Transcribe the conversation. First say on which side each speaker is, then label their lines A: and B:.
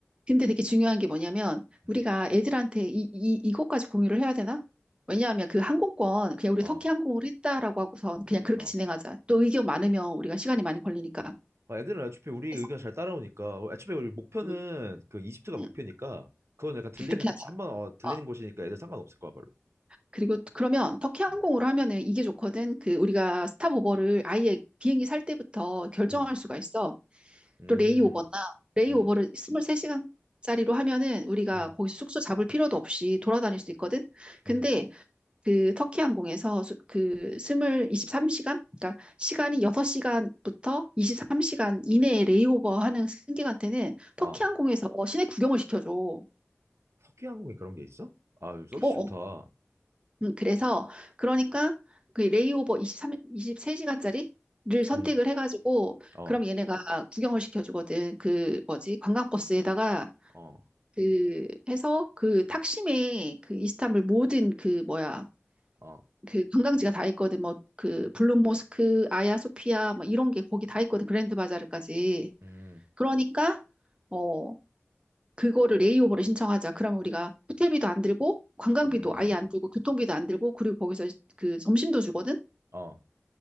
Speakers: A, on the right; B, on the right.
A: 근데 되게 중요한 게 뭐냐면
B: 음.
A: 우리가 애들한테 이, 이, 이것까지 공유를 해야 되나? 왜냐하면 그 항공권 그냥 우리
B: 어.
A: 석희 항공으로 했다라고 하고선 그냥 그렇게
B: 어.
A: 진행하자. 또 의견 많으면 우리가 시간이 많이 걸리니까.
B: 아, 애들은 애초에 우리 의견
A: 서
B: 잘 따라오니까 어, 애초에 우리 목표는
A: 음,
B: 그 이집트가 목표니까
A: 음,
B: 그건 약간 들리는
A: 그렇게 하자.
B: 한번 어, 들리는
A: 어,
B: 곳이니까 애들 상관없을 거야 별로.
A: 그리고 그러면 터키 항공으로
B: 음,
A: 하면은 이게 좋거든. 그 우리가 스탑오버를 아예 비행기 살 때부터 결정할
B: 음,
A: 수가 있어.
B: 음,
A: 또 레이오버나 레이오버를
B: 음,
A: 23시간짜리로 하면은 우리가
B: 음.
A: 거기 숙소 잡을 필요도 없이 돌아다닐 수 있거든. 근데
B: 음.
A: 그 터키 항공에서 수- 그 스물 23시간 그러니까 시간이 6시간부터 23시간 이내에 레이오버 하는 승객한테는 터키
B: 아,
A: 항공에서 시내 구경을 시켜줘. 어,
B: 석유 항공에 그런 게 있어? 아, 이거 서비스
A: 어.
B: 좋다.
A: 음, 그래서 그러니까 그 레이오버 23십3시간짜리를 선택을
B: 음,
A: 해가지고
B: 어,
A: 그럼 얘네가 구경을 시켜주거든. 그 뭐지? 관광버스에다가
B: 어,
A: 그 해서 그 탁심의 그 이스탄불 모든 그 뭐야
B: 어,
A: 그 관광지가 다 있거든. 뭐 그 블루 모스크, 아야 소피아 뭐 이런 게 거기 다 있거든. 그랜드 바자르까지.
B: 음,
A: 그러니까 어 그거를 레이오버를 신청하자. 그러면 우리가 호텔비도 안 들고 관광비도
B: 음,
A: 아예 안 들고 교통비도 안 들고 그리고 거기서 그 점심도 주거든.
B: 어,